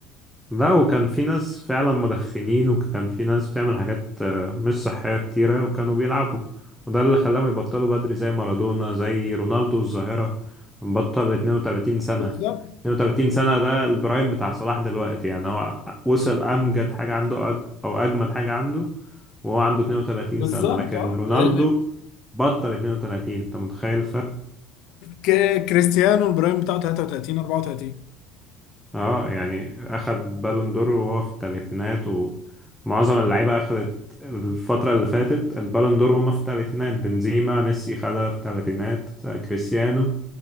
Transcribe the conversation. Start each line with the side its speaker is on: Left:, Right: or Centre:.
Centre: لا وكان في ناس فعلا مدخنين وكان في ناس بتعمل حاجات آه، مش صحية كتيرة وكانوا بيلعبوا وده اللي خلاهم يبطلوا بدري زي مارادونا زي رونالدو الظاهرة بطل 32 سنة
Left: بالظبط
Centre: 32 سنة ده البرايم بتاع صلاح دلوقتي يعني هو وصل أمجد حاجة عنده أج أو أجمد حاجة عنده وهو عنده 32
Left: بالظبط
Centre: سنة لكن
Left: اه
Centre: رونالدو
Left: ال-
Centre: بطل 32 أنت متخيل الفرق؟
Left: ك- كريستيانو البرايم بتاعه 33 34
Centre: اه يعني اخد بالون دور وهو في الثلاثينات ومعظم اللعيبه اخدت الفتره اللي فاتت البالون دور وهم في الثلاثينات بنزيما ميسي خدها في الثلاثينات كريستيانو